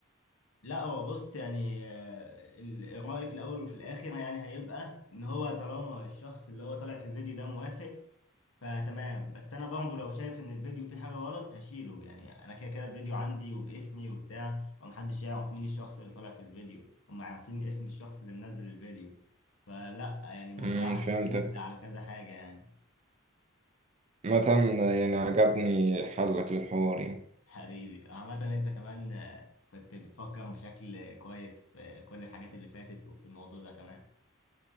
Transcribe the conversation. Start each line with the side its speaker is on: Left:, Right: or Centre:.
Left: لا هو بص يعني آه، ال- الرأي في الاول وفي الاخر يعني هيبقى ان هو طالما الشخص اللي هو طالع في الفيديو ده موافق فتمام بس انا برضه لو شايف ان الفيديو فيه حاجه غلط هشيله يعني انا كده كده الفيديو عندي وباسمي وبتاع ومحدش يعرف مين الشخص اللي طالع في الفيديو هم عارفين اسم الشخص اللي منزل الفيديو فلا يعني الموضوع
Right: امم فهمتك
Left: هيدبند على كذا حاجه يعني
Right: مثلا يعني عجبني حلك للحوار يعني
Left: <laughs> حبيبي عامه انت كمان آه، كنت بتفكر بشكل كويس في كل الحاجات اللي فاتت وفي الموضوع ده كمان